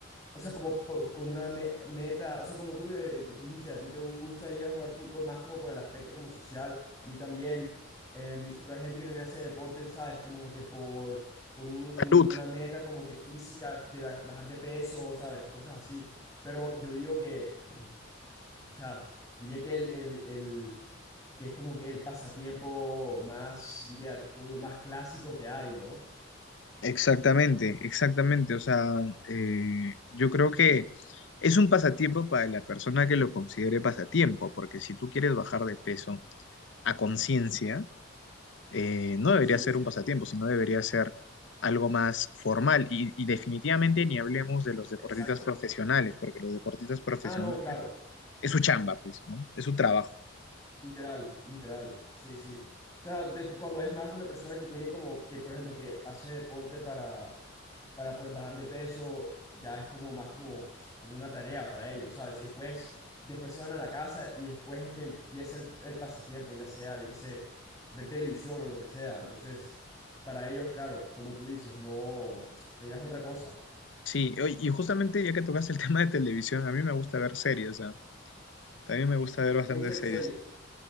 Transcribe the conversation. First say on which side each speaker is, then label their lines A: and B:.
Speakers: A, on the left (about 15°); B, on the left (about 65°).
A: O sea, como po- con una me- meta, o sea, como tú lo eh, dijiste, a ti te gusta ir a jugar fútbol más como por el aspecto como social, a mí también, em, pero hay gente que también hace deporte, ¿sabes? Como que por, con un- un-
B: Salud.
A: una meta como que física, de baj- bajar de peso, ¿sabes? Cosas así. Pero yo digo que, o sea, diría que el, el- el- que es como que el pasatiempo más, diría, como digo, más clásico que hay, ¿no?
B: Exactamente, exactamente. O sea, eh, yo creo que es un pasatiempo para la persona que lo considere pasatiempo, porque si tú quieres bajar de peso a conciencia, eh, no debería
A: Sí,
B: ser un pasatiempo, sino debería ser algo más formal. Y, y definitivamente ni hablemos de los deportistas
A: exacto.
B: profesionales, porque los deportistas profesionales
A: Ah, no, claro.
B: es su chamba, pues, ¿no? Es su trabajo.
A: Literal, literal, sí, sí. O sea, de- cuando es más una persona que tiene como, que por ejemplo, que hace deporte para, para pues bajar de peso, ya es como más como, como una tarea para ellos, ¿sabes? Y después, después se van a la casa y después es que empieza el, el pasatiempo, ya sea, yo qué sé, ver televisión o lo que sea. Entonces, para ellos, claro, como tú dices, no, o sea, ya es otra cosa.
B: Sí, oye, y justamente ya que tocaste el <laughs> tema de televisión, a mí me gusta ver series, o sea, también me gusta ver bastantes
A: ¿Te gusta ver series?
B: series.